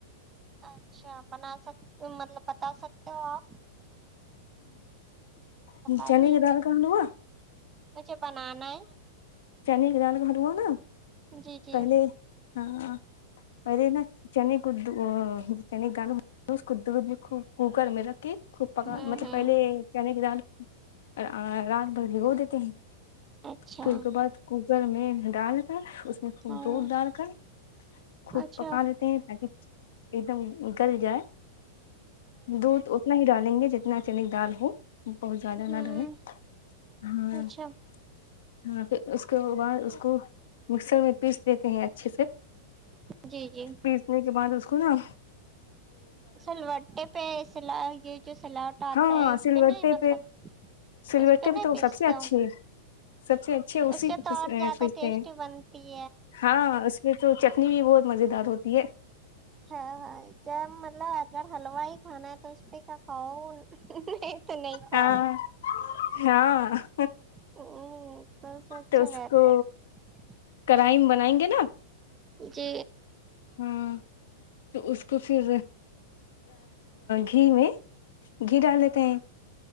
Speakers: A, on the right; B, on the left.
A: اچھا بنا سک مطلب بتا سکتے ہو آپ بتائیے
B: ہ چنے کے دان کہاں لا
A: مجھے بنانا ہے
B: چین گ نان ہرو نا
A: جی جی
B: پہلے ہ پہلے نا چنے کو چ گانا تس کد دیکھو کوکر میں رکھھی <unintelligible> خوب پکان
A: ہوں
B: مطلب
A: ہوں
B: پہلے چنے کی دال <unintelligible> رات بھر بھیھگو دیتے ہیں پھر
A: اچھا
B: کے بعد کو <unintelligible> ر میں ڈال کر <unintelligible> خوب
A: ہاں
B: دودھ ڈال کر خوب
A: اچھا
B: پکا لیتے ہیں تاکہ ایک دم گل جائے دودھ اتنا ہی ڈالیں گے جتنا اتنا چنی دال ہو بہت زیادہ
A: ہوں
B: نہ رہ نے ہاں
A: اچھا
B: <unintelligible> ہاں پھر اس کے بعد اس کو مکسر میں <unintelligible> پیس دیتے ہیں اچھے سے
A: جی جی
B: پیسنے کے بعد اس کونا <unintelligible>
A: سلوٹے پہ س یہ جو سلاوٹ آتا
B: ہاں
A: ہے اس
B: سلوٹے
A: پہ نہیں مطلب
B: سلوٹے
A: اس پہ نہیں
B: تو
A: پیستا
B: سب سے اچھی
A: ہوں
B: ہے سب سے اچھے اسی
A: اس سے
B: پہ
A: تو اور زیادہ
B: پیستے
A: ٹیسٹی
B: ہیں
A: بنتی ہے
B: ہاں اس میں تو چٹنی بھی بہت مزے دار ہوتی ہے
A: ہاں ہاں ج مطلب اگر ہلوا ہی کھانا ہے تو اس بھی کا کان نہیں تو نہیں کھاؤ
B: ہاں ہاں
A: ہ سس اچھا
B: تو اس
A: رہتا
B: کو
A: ہے
B: کڑھائی میں بنائیں گے نا
A: جی
B: ہاں تو اس تو پھر گھی میں گھی ڈال لیتے ہیں